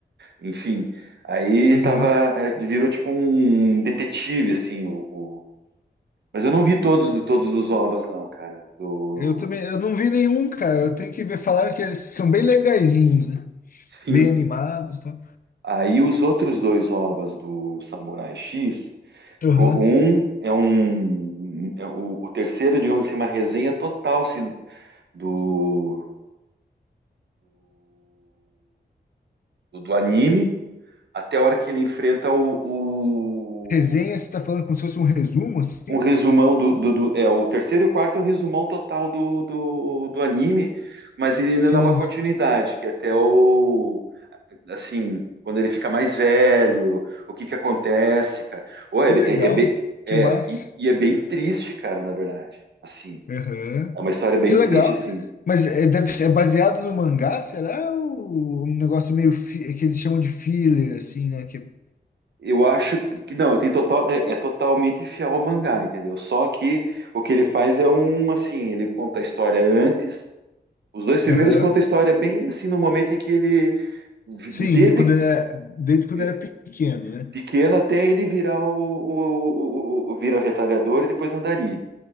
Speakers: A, on the right (about 80°); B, on the left (about 55°).
A: enfim. Aí
B: Aham.
A: tava, é, virou tipo um detetive, assim, o, o- mas eu não vi todos, todos os ovas, não, cara, do...
B: Eu também, eu não vi nenhum, cara. Eu tenho que ver, falaram que eles são bem legaizinhos, né?
A: sim,
B: Bem animados, tá?
A: Aí os outros dois ovas do Samurai X,
B: tal. Aham.
A: co- um é um é o, o terceiro, digamos assim, uma resenha total assim, do, do do do anime até a hora que ele enfrenta o, o-
B: Resenha, você tá falando como se fosse um resumo, assim?
A: um resumão do, do, do- é o terceiro e o quarto é o resumão total do, do, do anime, mas ele ainda
B: Sim,
A: dá uma continuidade que é até o assim, quando ele fica mais velho, o que que acontece, cara. Ou é,
B: que legal,
A: é, é bem,
B: que
A: é,
B: massa.
A: e, e é bem triste, cara, na verdade. Assim,
B: Aham.
A: é uma história bem
B: Que legal.
A: triste, assim.
B: Mas é, deve ser- é baseado no mangá, será? Ou um negócio meio fi- que eles chamam de filler, assim, né? Que...
A: Eu acho que não, tem total, é, é totalmente fiel ao mangá, entendeu? Só que o que ele faz é um assim, ele conta a história antes. Os dois primeiros
B: Aham.
A: contam a história bem assim no momento em que ele,
B: Sim,
A: desde
B: e quando era, desde quando
A: eh,
B: era pequeno, né?
A: pequeno até ele virar o, o, o, o- o- vira retalhador e depois andarilho.